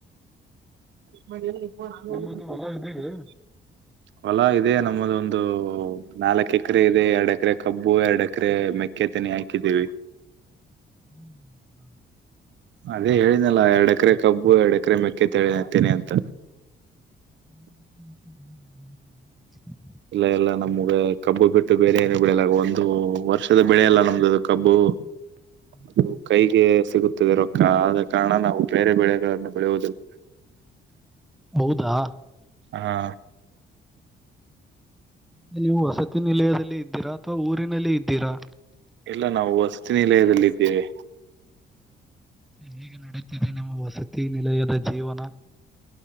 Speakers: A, on the right (about 70°); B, in the centre.
A: ಮ ವರ್ಷ
B: ನಿಮ್ಮದು ಹೊಲ
A: <unintelligible>
B: ಇದೆಯೇ
A: ಹೊಲ ಇದೆ ನಮ್ಮಲ್ಲಿ ಒಂದು ನಾಲ್ಕು ಎಕರೆ ಇದೆ ಎರಡು ಎಕರೆ ಕಬ್ಬು ಎರಡು ಎಕರೆ ಮೆ ಕ್ಕೆ ತೆನೆ ಹಾಕಿದ್ದೀವಿ.
B: ಹ್ಮ್
A: ಅದೇ ಹೇಳಿದಿನಲ್ಲ ಎರಡು ಎಕರೆ ಕಬ್ಬು ಎರಡು ಎಕರೆ ಮೆಕ್ಕೆ ತೆನೆ ಅಂತ.
B: ಹ <unintelligible>
A: ಇಲ್ಲ ಎಲ್ಲ ನಮ್ಗೆ ಕಬ್ಬು ಬಿಟ್ಟು ಬೇರೆ ಏನು ಬೆಳೆಯಲ್ಲ ಒಂದು ವರ್ಷದ ಬೆಳೆಯಲ್ಲ ನಮ್ದದು ಕಬ್ಬು.
B: <unintelligible>
A: ಇದು ಕೈಗೆ ಸಿಗುತ್ತದೆ ರೊಕ್ಕ ಆದ ಕಾರಣ ನಾವು ಬೇರೆ ಬೆಳೆಗಳನ್ನು ಬೆಳೆಯುವುದಿಲ್ಲ.
B: ಹೌದಾ
A: ಹಾ
B: ನೀವು ವಸತಿ ನಿಲಯದಲ್ಲಿ ಇದ್ದೀರಾ ಅಥವಾ ಊರಿನಲ್ಲಿ ಇದ್ದೀರಾ.
A: ಇಲ್ಲ ನಾವು ವಸತಿ ನಿಲಯದಲ್ಲಿ ಇದ್ದೇವೆ.
B: ಹೇಗೆ ನಡೀತಿದೆ ನಿಮ್ಮ ವಸತಿ ನಿಲಯದ ಜೀವನ.